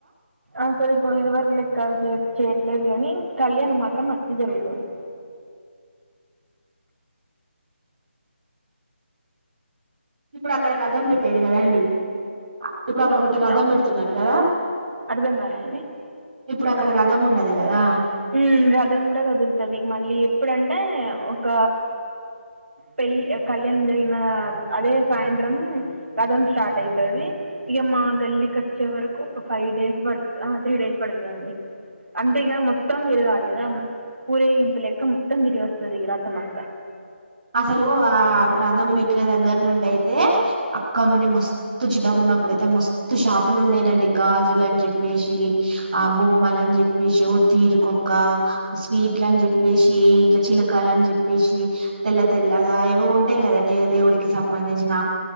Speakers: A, on the right; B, on the right.
A: అసలు ఇప్పుడు ఇదివరకు లెక్క చేయట్లేదు గాని కళ్యాణం మాత్రం మస్తు జరుగుతుంది
B: ఇప్పుడు అక్కడ రథం పెట్టేది కదండి ఆ ఇప్పుడు అక్కడ ఒకటి
A: హలో
B: రథం పెడుతున్నారు కదా
A: అర్థం కాలే అండి
B: ఇప్పుడు అక్కడ రథం ఉన్నది కదా
A: ఉం రథం కూడా కదులుతది మళ్ళీ ఎప్పుడంటే ఒక పెల్లి కళ్యాణం జరిగిన అదే సాయంత్రం రథం స్టార్ట్ అయితది ఇగ మా గల్లి కచ్చే వరకు ఒక ఫైవ్ డేస్ పడు ఆ త్రీ డేస్ పడుతదండి అంటే ఇగా మొ మొత్తం తిరగాలి కదా ఊరేగింపు లెక్క మొత్తం తిరిగి అస్తది ఇ రథం అంతా
B: అసలు ఆ రథం బెట్ర దగ్గర నుండి అయితే అక్క నుండి మస్తు చిన్నగు న్నప్పుడయితే మస్తు షాపులు ఉండేదండి గాజులు అని చెప్పేసి ఆ బొమ్మలు అని చెప్పేసి తీరుకోక స్వీట్లని చెప్పేసి ఇట్లా చిలకలు అని చెప్పేసి తెల్ల తెల్లగా ఏవో ఉంటాయి కదా దేవుడికి సంబంధించిన